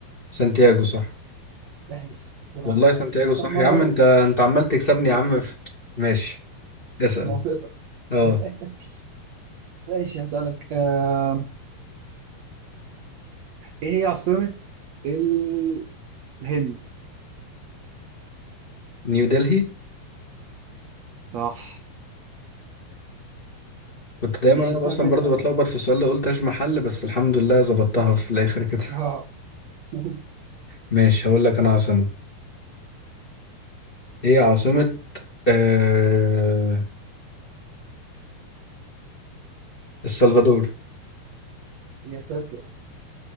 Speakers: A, on the left; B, on the right.
A: سانتياغو صح
B: احلف ده انا
A: والله سانتياغو
B: أنا سمعتها
A: صح
B: مرة
A: يا عم انت انت عمال تكسبني يا عم في... ماشي اسأل
B: في منطقتك
A: اه
B: <laughs> ماشي هسألك آه... ايه هي عاصمة ال... الهند
A: نيو دلهي
B: صح
A: كنت دايما
B: ماشي
A: انا
B: اسألني
A: اصلا برضو
B: انت
A: بتلخبط في السؤال ده قلت اش محل بس الحمد لله ظبطتها في الاخر كده
B: اه <laughs>
A: ماشي هقول لك انا عاصمة ايه عاصمة آه... السلفادور
B: يا ساتر